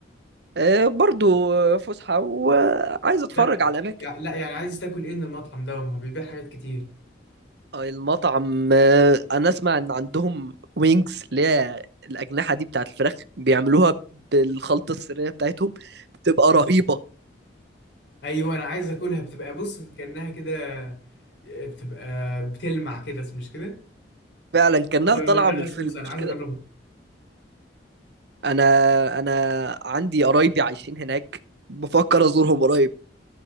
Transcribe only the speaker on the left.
لا
يع... لا يعني عايز تاكل ايه من المطعم ده ما هو بيبيع حاجات كتير
ايوه انا عايز اكلها بتبقى بص كأنها كده آه، بتبقى بتلمع كده مش كده؟
ده
رقص
صوص انا
عايز
اجربها